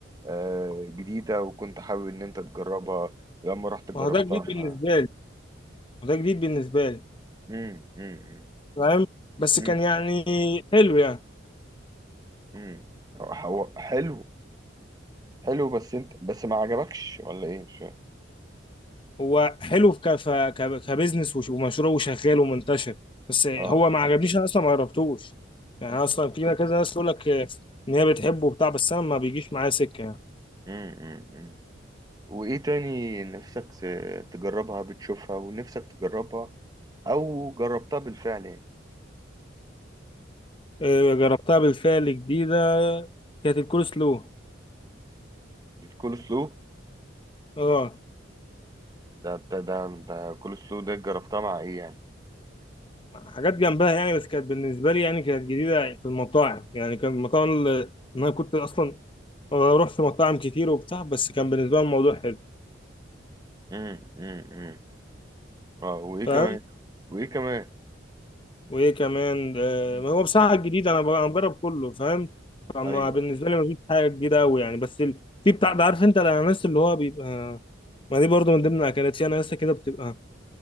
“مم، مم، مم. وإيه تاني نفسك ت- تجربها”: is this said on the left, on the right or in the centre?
Right